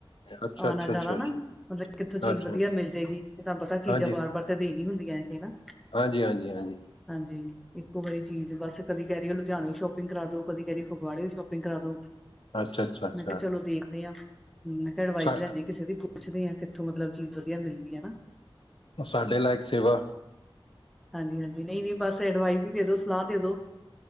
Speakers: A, on the left; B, in the centre.
A: ਅੱਛਾ
B: ਆਉਣਾ-
A: ਅੱਛਾ
B: ਜਾਣਾ
A: ਅੱਛਾ
B: ਨਾ ਮਤਲਬ ਕਿੱਥੋਂ
A: ਅੱਛਾ
B: ਚੀਜ਼
A: ਅੱਛਾ
B: ਵਧੀਆ, ਮਿਲ ਜਾਏਗੀ। ਇਹ ਤੁਹਾਨੂੰ, ਪਤਾ
A: ਹਾਂਜੀ
B: ਚੀਜ਼ਾਂ ਆ ਬਾਰ-ਬਾਰ ਤੇ ਦੇਨੀ ਹੁੰਦੀਆਂ ਇਹ ਹਨਾ।
A: ਹਾਂਜੀ ਹਾਂਜੀ ਹਾਂਜੀ
B: ਹਾਂਜੀ ਇੱਕੋ ਵਾਰੀੀ ਚੀਜ਼ ਬਸ ਕਦੀ ਕਹਿ ਰਹੀ ਹੋ ਲੁਧਿਆਣਾੋ ਸ਼ੋਪਿੰਗ ਕਰਾ ਦੋ ਕਦੀ ਕਹਿ ਰਹੀ ਗਵਾੜੇ ਸ਼ੋਪਿੰਗ ਕਰਾ ਦੋ
A: ਅੱਛਾ ਅੱਛਾ ਅੱਛਾ
B: ਮੈਂ ਕਿਹਾ ਚਲੋ ਦੇਖਦੇ ਹ ਮੈਂ ਕਿਹਾ ਅਡਵਾਈਸ
A: ਸਾ
B: ਲੈ ਲਾਇਏ ਕਿਸੇ ਦੀ ਪੁੱਛਦੇ ਹਾਂ ਕਿੱਥੋਂ ਮਤਲਬ ਚੀਜ਼ ਵਧੀਆ ਮਿਲਦੀ ਹੈਨਾ
A: ਸਾਡੇ ਲਾਇਕ ਸੇਵਾ
B: ਹਾਂਜੀ-ਹਾਂਜੀ, ਨਹੀਂ-ਨਹੀਂ, ਬਸ ਐਡਵਾਈਜ਼ ਹੀ ਦੇ ਦੋ। ਸਲਾਹ ਦੇ ਦੋ।